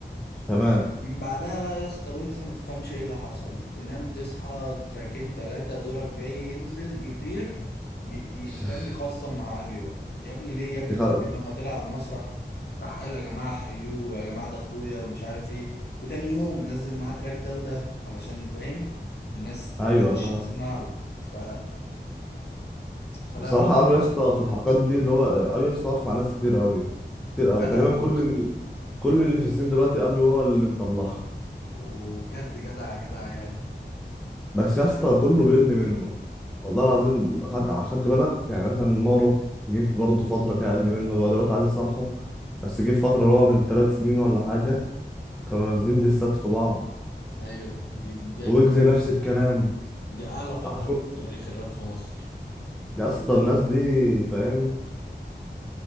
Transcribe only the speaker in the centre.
تمام
<laughs>
دي
خ-
ايوه
آه.
بصراحة
أبي يسطا في الحلقات دي اللي هو أبي يسطا واقف مع ناس كتير أوي كتير
أوي تقريبا
كل
ال... كل اللي في السن دلوقتي أبي هو اللي مطلعها
بس يسطا كله بيرمي منه والله العظيم أخدت أخدت بالك يعني مثلا مارو جه في برضه فترة كده أقل منه هو دلوقتي عايز يصالحه بس جه في فترة اللي هو من تلات سنين ولا حاجة كانوا نازلين ديسات في بعض
ويجز
نفس الكلام
عفرو
يا اسطى الناس دي فاهم